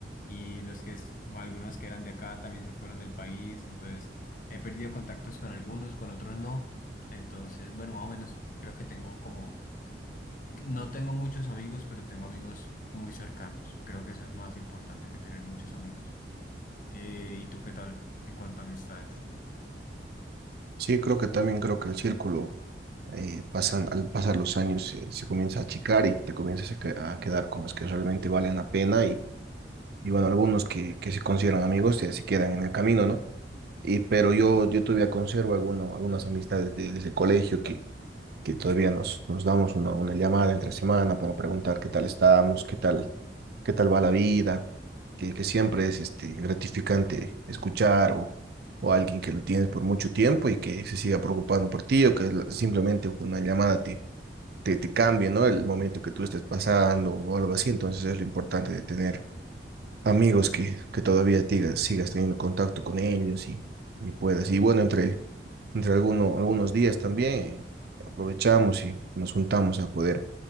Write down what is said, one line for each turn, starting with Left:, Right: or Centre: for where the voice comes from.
Left: Y los que, es- algunos que eran de acá también se fueron del país. Entonces he perdido contactos con algunos, con otros no. Entonces, bueno, más o menos creo que tengo como, no tengo muchos amigos, pero tengo amigos muy cercanos. Creo que eso es más importante que tener muchos amigos. Eh, ¿y tú qué tal en cuanto a amistades?
Right: Sí, creo que también creo que el círculo eh, pasan, al pasar los años se, se comienza a achicar y te comienzas a, que- a quedar con los que realmente valen la pena y, y bueno, algunos que, que se consideran amigos se, se quedan en el camino, ¿no? Y, pero yo, yo todavía conservo alguno, algunas amistades de- desde el colegio que, que todavía nos, nos damos una, una llamada entre semana para preguntar qué tal estamos, qué tal, qué tal va la vida, que, que siempre es este, gratificante escuchar o, o alguien que lo tienes por mucho tiempo y que se siga preocupando por ti o que simplemente con una llamada te te, te cambie, ¿no? El momento que tú estés pasando o algo así. Entonces es lo importante de tener amigos que, que todavía tiga- sigas teniendo contacto con ellos y, y puedas. Y bueno, entre, entre alguno- algunos días también eh, aprovechamos y nos juntamos a poder